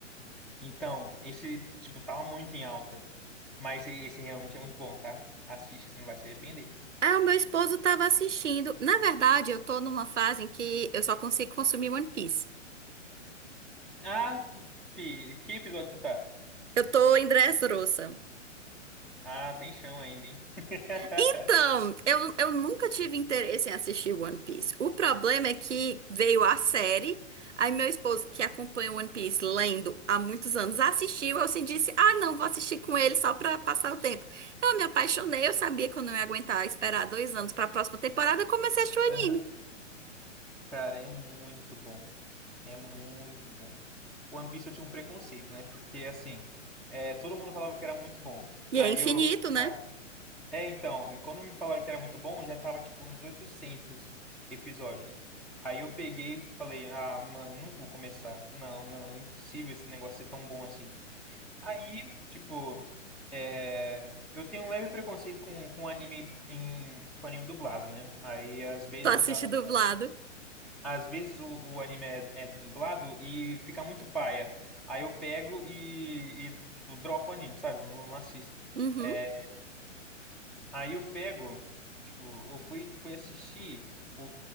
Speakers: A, in the centre; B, on the right.
A: Então, esse, tipo, tava muito em alta. Mas esse realmente é muito bom, tá? Assiste que você não vai se arrepender.
B: Ah, o meu esposo estava assistindo. Na verdade, eu tô numa fase em que eu só consigo consumir One Piece.
A: Ah, fi, que episódio você tá?
B: Eu tô em Dressrosa.
A: Ah, tem chão ainda, hein? <laughs>
B: Então, eu, eu nunca tive interesse em assistir One Piece. O problema é que veio a série, aí meu esposo, que acompanha One Piece lendo há muitos anos, assistiu. Eu assim disse: Ah, não, vou assistir com ele só pra passar o tempo. Eu me apaixonei, eu sabia que eu não ia aguentar esperar dois anos pra próxima temporada. Eu comecei a assistir o
A: Aham.
B: anime.
A: Cara, é muito bom. É muito bom. One Piece eu tinha um preconceito, né? Porque, assim, é, todo mundo falava que era muito bom.
B: E
A: Aí
B: é infinito,
A: eu.
B: né?
A: ah, É, então, e quando me falaram que era muito bom, já tava, tipo, nos 800 episódios. Aí eu peguei e falei, ah, mano, não vou começar. Não, não, é impossível esse negócio ser tão bom assim. Aí, tipo, é, eu tenho um leve preconceito com, com anime em, com anime dublado, né? Aí, às vezes,
B: Tu assiste
A: a du-
B: dublado.
A: às vezes o, o anime é, é dublado e fica muito paia. Aí eu pego e, e, tipo, dropo o anime, sabe? Eu não assisto.
B: Uhum,
A: Eh, Aí eu pego, tipo, eu fui, fui assistir o,